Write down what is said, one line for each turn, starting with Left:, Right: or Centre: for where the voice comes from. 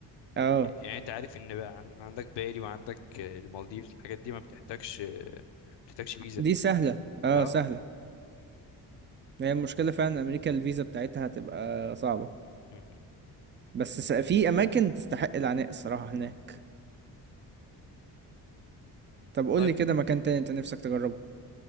Right: اه
Left: يعني انت عارف ان بقى عن- عندك بالي وعندك المالديف الحاجات دي ما بتحتاجش ما بتحتاجش فيزا
Right: دي سهلة اه
Left: اه
Right: سهلة هي المشكلة فعلا أمريكا الفيزا بتاعتها هتبقى صعبة
Left: م-
Right: بس س- في أماكن تستحق العناء
Left: م.
Right: الصراحة هناك طب قول
Left: طيب
Right: لي كده مكان تاني أنت نفسك تجربه